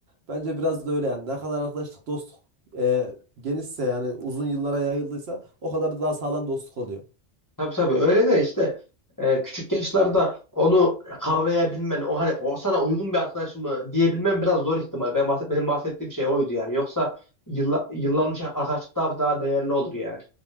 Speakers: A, on the right; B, on the left.
A: Bence biraz da öyle yani. Ne kadar arkadaşlık dostluk e, genişse yani uzun yıllara yayıldıysa o kadar da daha sağlam dostluk oluyor.
B: Tabii tabii öyle de işte e, küçük yaşlarda onu kavrayabilmen o hani o sana uygun bir arkadaş mı diyebilmen biraz zor ihtimal. Ben bahset, benim bahsettiğim şey oydu yani. Yoksa yılla, yıllanmış arkadaşlık daha daha değerli olur yani.